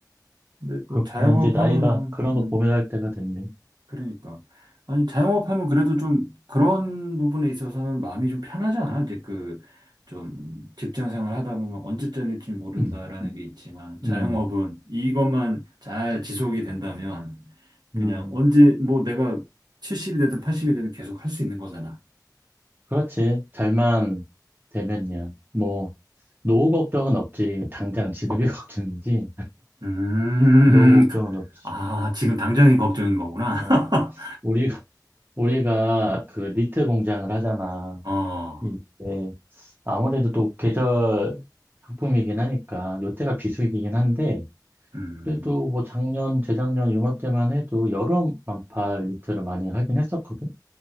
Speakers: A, on the right; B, on the right.
A: 근데
B: 그렇구나.
A: 또 자영업
B: 이제 나이가
A: 하면은,
B: 그런
A: 음,
B: 거 고민할 때가 됐네.
A: 그러니까. 아니, 자영업 하면 그래도 좀 그런 부분에 있어서는 마음이 좀 편하지 않아? 이제 그, 좀 직장 생활 하다 보면 언제 잘릴지 모른다라는
B: 음,
A: 게 있지만, 자영업은
B: 음,
A: 이것만 잘 지속이 된다면, 그냥
B: 음.
A: 언제, 뭐 내가 70이 되든 80이 되든 계속 할 수 있는 거잖아.
B: 그렇지. 잘만 되면야. 뭐, 노후 걱정은 없지. 당장 지금이 <laughs> 걱정이지.
A: 음,
B: 노후 걱정은
A: <laughs>
B: 없지.
A: 아, 지금
B: 음,
A: 당장이 걱정인 거구나.
B: 어,
A: <laughs>
B: 우리, 우리가 그 니트 공장을 하잖아.
A: 어,
B: 이게 아무래도 또 계절 상품이긴 하니까, 요때가 비수기긴 한데,
A: 음.
B: 그래도 뭐 작년, 재작년, 요맘때만 해도 여름 반팔 니트를 많이 하긴 했었거든.